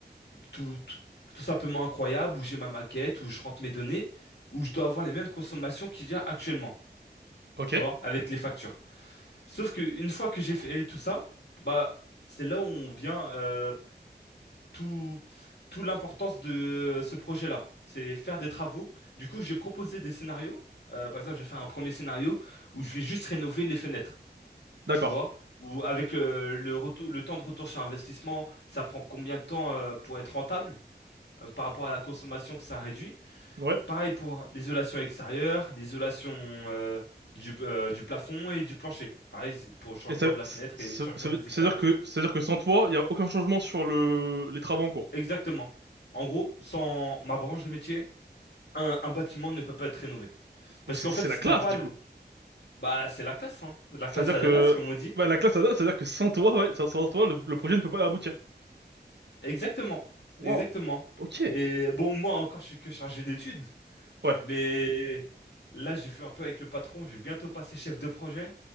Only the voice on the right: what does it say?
Ok.
D'accord.
Ouais.
Et ça
ça
ça
veut ça
veut dire que ça veut dire que sans toi il y a aucun changement sur le les travaux en cours.
Oh, C'est
c'est
la classe
du
coup.
Ça
veut dire
que
bah, la classe ADA, ça veut dire que sans toi, ouais, sans, sans toi, le, le projet ne peut pas aboutir.
Waouh.
Ok.
Ouais.